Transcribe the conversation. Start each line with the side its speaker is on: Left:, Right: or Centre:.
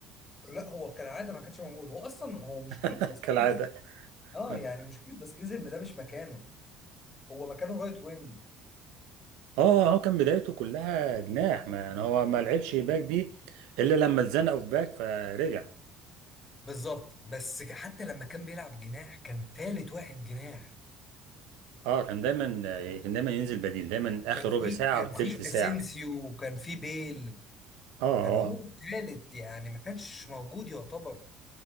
Left: لا هو كالعاده ما كانش موجود هو اصلا هو مشكله
Right: <laughs>
Left: باسكيز
Right: كالعاده
Left: اه
Right: اه
Left: يعني مشكله باسكيز ان ده مش مكانه هو مكانه رايت وينج
Right: آه، هو كان بدايته كلها جناح ما يعني هو ما لعبش باك دي الا لما اتزنقوا في باك فرجع
Left: بالظبط بس حتى لما كان بيلعب جناح كان تالت واحد جناح
Right: اه كان دايما كان دايما ينزل بديل دايما اخر
Left: كان في
Right: ربع ساعه
Left: كان
Right: او تلت
Left: في
Right: ساعه
Left: اسينسيو وكان في بيل
Right: اه آه،
Left: كان هو
Right: آه.
Left: التالت يعني ما كانش موجود يعتبر